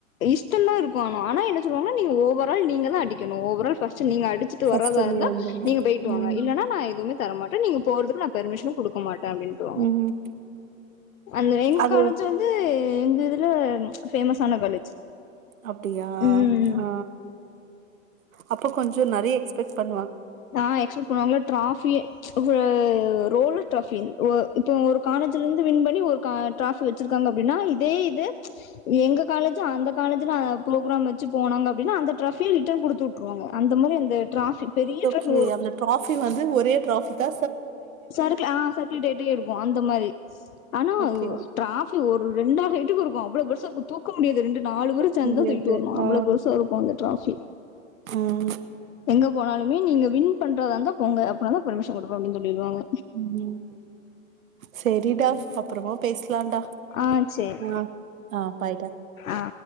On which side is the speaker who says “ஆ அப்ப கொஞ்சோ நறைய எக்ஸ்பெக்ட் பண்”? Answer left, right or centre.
Right